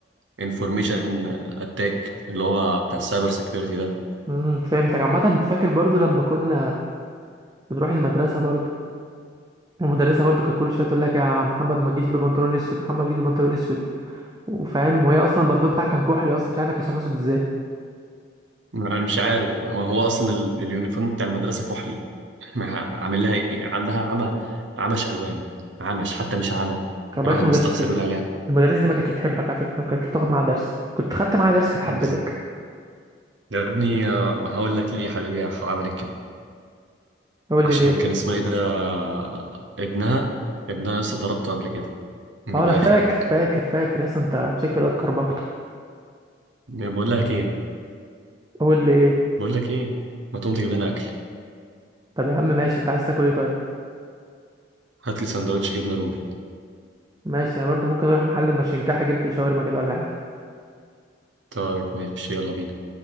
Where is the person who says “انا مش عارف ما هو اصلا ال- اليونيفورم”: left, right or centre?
Right